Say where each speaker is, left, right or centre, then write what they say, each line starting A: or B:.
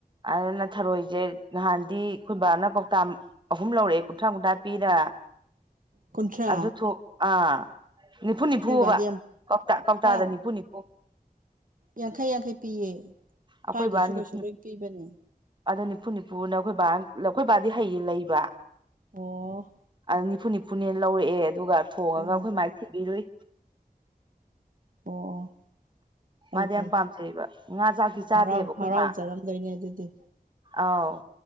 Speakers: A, on the right (about 30°); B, on the right (about 65°).
A: ꯑꯗꯨꯅ ꯊꯔꯣꯏꯖꯦ ꯅꯍꯥꯟꯗꯤ ꯈꯣꯏꯕꯥꯅ ꯀꯧꯇꯥꯝ ꯑꯍꯨꯝ ꯂꯧꯔꯑꯦ ꯀꯨꯟꯊ꯭ꯔꯥ ꯀꯨꯟꯊ꯭ꯔꯥ ꯄꯤꯔ
B: ꯀꯨꯟꯊ꯭ꯔꯥ
A: ꯑꯗꯨ ꯊꯣꯛ ꯑꯥ ꯅꯤꯐꯨ ꯅꯤꯐꯨꯑꯕ
B: ꯅꯣꯏ ꯕꯥꯗꯤ ꯌꯥꯝ
A: ꯀꯧꯇꯥ ꯀꯧꯇꯥꯗ
B: ꯍꯥ
A: ꯅꯤꯐꯨ ꯅꯤꯐꯨ
B: ꯌꯥꯡꯈꯩ ꯌꯥꯡꯈꯩ ꯄꯤꯌꯦ
A: ꯑꯈꯣꯏꯕ
B: ꯁ꯭ꯋꯥꯏꯗꯁꯨ
A: ꯅꯤꯐꯨꯅꯤꯞ
B: ꯀꯩꯁꯨ ꯂꯣꯏ ꯄꯤꯕꯅꯦ
A: ꯑꯗꯨ ꯅꯤꯐꯨ ꯅꯤꯐꯨꯅ ꯑꯩꯈꯣꯏ ꯕꯥ ꯑꯩꯈꯣꯏ ꯕꯥꯗꯤ ꯍꯩꯌꯦ ꯂꯩꯕ
B: ꯑꯣ
A: ꯑꯗꯨ ꯅꯤꯐꯨ ꯅꯤꯐꯨꯅꯦꯅ ꯂꯧꯔꯛꯑꯦ ꯑꯗꯨꯒ ꯊꯣꯡꯉꯒ
B: ꯎꯝ
A: ꯑꯩꯈꯣꯏ ꯃꯥꯏ ꯊꯤꯕꯤꯔꯨꯏ
B: ꯑꯣ ꯐꯩ
A: ꯃꯥꯗꯤ
B: ꯐꯩ
A: ꯌꯥꯝ ꯄꯥꯝꯖꯩꯕ ꯉꯥ ꯆꯥꯛꯇꯤ ꯆꯥꯗꯦꯕ
B: ꯍꯔꯥꯎ
A: ꯑꯩꯈꯣꯏ
B: ꯍꯔꯥꯎꯖꯔꯝꯗꯣꯏꯅꯦ
A: ꯃꯥ
B: ꯑꯗꯨꯗꯤ
A: ꯑꯥꯎ